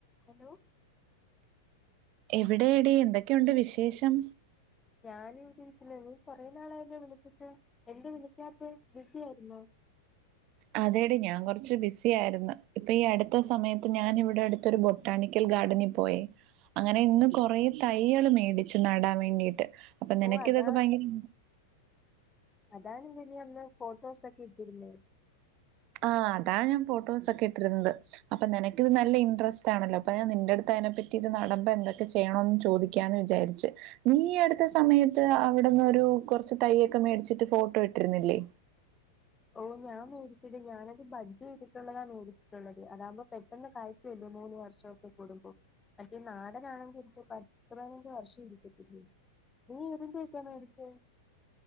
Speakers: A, on the left (about 15°); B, on the right (about 40°).
A: Hello
B: എവിടേടീ എന്തൊക്കെയുണ്ട് വിശേഷം
A: ഞാന് ഇവിടെ ഇരിക്കണ് നീ കൊറെ നാളായല്ലൊ വിളിച്ചിട്ട് എന്തെ വിളിക്കാത്ത ബിസി ആയിരുന്നോ
B: അതേടി ഞാൻ കൊറച്ച് ബിസി ആയിരുന്ന് ഇപ്പ ഈ അടുത്ത സമയത്ത് ഞാൻ ഇവിടെ അടുത്തൊരു ബൊട് ട്ടാണിക്കൽ ഗാർഡനിൽ പോയി അങ്ങനെ ഇന്ന് കൊറെ തൈകള് മേടിച്ച് നടാൻ വേണ്ടീട്ട് അപ്പ അങ്ങനൊക്കേ
A: ഓ അതാ
B: നിനക്ക്‌ ഭയങ്കര
A: അതാണ്ലെ നീ അന്ന് ഫോട്ടോസൊക്കെ ഇട്ടിരുന്ന
B: ആഹ് അതാ ഞാൻ ഫോട്ടോസൊക്കെ ഇട്ടിരുന്നത് അപ്പ നിനക്ക് ഇത് നല്ല ഇൻറസ്റ്റ് ആണല്ലോ അപ്പ ഞാ നിന്റെ അടുത്ത് അതിനെ പറ്റി ഇത് നടമ്പോ എന്തൊക്കെ ചെയ്യണന്ന് ചോദിക്കാന്ന് വിചാരിച്ച് നീ അടുത്ത സമയത്ത് അവിടുന്ന് ഒരു കൊർച്ച് തയ്യൊക്കെ മേടിച്ചിട്ട് ഫോട്ടോ ഇട്ടിരുന്നില്ലേ
A: ഓഹ് ഞാൻ മേടിച്ചിത് ഞാനത് ബഡ്ഡ് ചെയ്തിട്ടുള്ളതാ മേടിച്ചിട്ടുള്ളത് അതാകുമ്പോ പെട്ടെന്ന് കായ് കൊല്ലോ മൂന്ന് വർഷൊക്കെ കൂടുമ്പോ മറ്റേ നാടനാണെങ്കിൽ ഇത് പത്ത് പതിനഞ്ച് വർഷം ഇരിക്കത്തില്ലേ നീ ഏതിന്റൊക്കാണ് മേടിച്ചെ